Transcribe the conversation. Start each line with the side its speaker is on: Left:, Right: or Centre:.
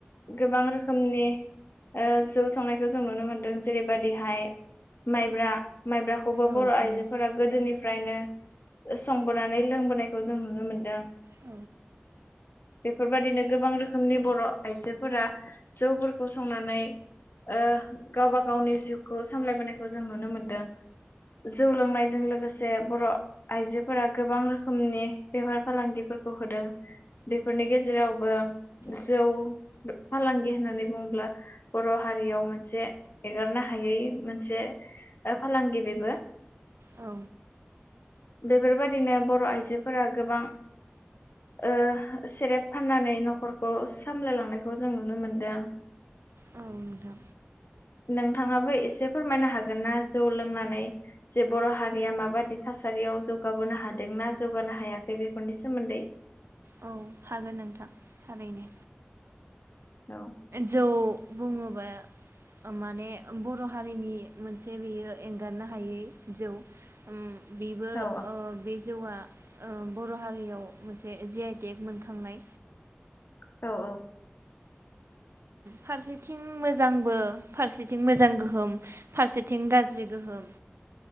Left: गोबां रोखोमनि जौ संनायखौ जों नुनो मोनदों जेरैबायदिहाय माइब्रा माइब्राखौबो
Right: औ
Left: बर'
Right: नोंथां
Left: आइजोफोरा गोदोनि फ्रायनो संबोनानै लोंबोनायखौ जों नुनो मोनदों। बेफोरबायदिनो
Right: औ
Left: गोबां रोखोमनि बर' आइजोफोरा जौफोरखौ संनानै ओ गावबा गावनि जिउखौ सामलायबोनायखौ जों नुनो मोनदों जौ लोंनायजों लोगोसे बर' आइजोफोरा गोबां रोखोमनि बेफार फालांगिफोरखौ होदों बेफोरनि गेजेरावबो
Right: औ
Left: जौ फालांगि होननानै बुङोब्ला बर'हारियाव मोनसे एगारनो हायै मोनसे फालांगि बेबो
Right: औ
Left: बेफोरबायदिनो बर' आइजोफोरा गोबां ओ सेरेब फाननानै न'खरखौ सामलायलांनायखौ जों नुनो मोनदों।
Right: औ नोंथां
Left: नोंथाङाबो एसे फोरमायनो हागोन ना जौ लोंनानै जे बर' हारिया माबादि थासारियाव जौगाबोनो हादोंना जौगानो हायाखै बे खनि सोमोन्दै
Right: औ हागोन नोंथां थारैनो
Left: औ
Right: जौ बुङोबा माने बर हारिनि मोनसे बेयो एंगारनो हायै जौ। बेबो
Left: औ
Right: बे जौआ बर हारियाव मोनसे जे आइ देग मोनखांनाय
Left: औ औ।
Right: फारसेथिं मोजांबो फारसेथिं मोजां गोहोम फारसेथिं गाज्रि गोहोम।